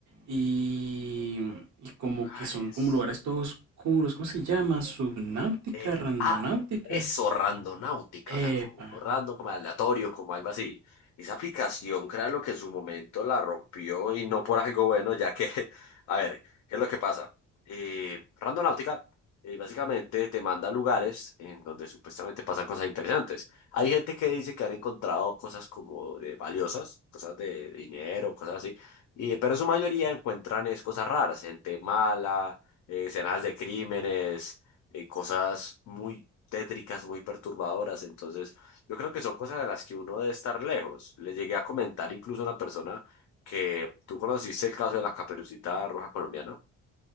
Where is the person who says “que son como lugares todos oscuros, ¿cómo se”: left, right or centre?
Right